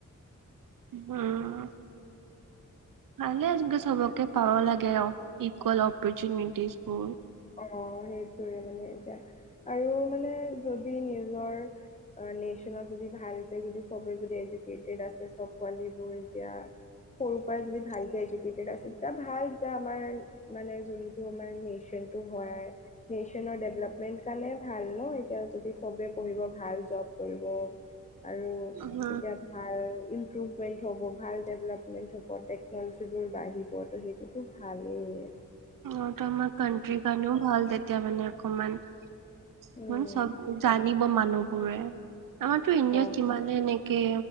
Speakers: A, on the right (about 80°); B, on the left (about 20°).
A: হম ভালে যোনতো সবকে পাব লাগে অ ইকুৱেল অপৰচুনিটিছ বোৰ
B: অ সেইটোৱে মানে এতিয়া আৰু মানে যদি নিজৰ নেশ্যনত যদি ভালকে যদি সবে যদি এডকেটেড আছে চব পোৱালীবোৰ এতিয়া সৰুৰ পৰা যদি ভালক এডকেটেড আছে তে ভাল এ আমাৰ মানে যোনটো আমাৰ নচ যন্তটো হয় নেশচনৰ ডেভলপমেন্ট কাৰণে ভাল ন এতিয়া যদি চবে পঢ়িব ভাল জব কৰিব আৰু
A: উম
B: তেতিয়া ভাল ইম্প্ৰুভ প্ৰভমেণ্ট হ'ব ভাল ডেভেলপমেণ্ট হ'ব টেকন'লজিবোৰ বাঢ়িব তো সেইটোতো ভালেই।
A: অত আমাৰ কানট্ৰীৰ কাৰণেও ভাল তেতিয়া মানে অকমান
B: উম
A: চব জানিব মানুহবোৰে আমাৰতো ইণ্ডিয়াত
B: অ
A: কিমানে এনেকে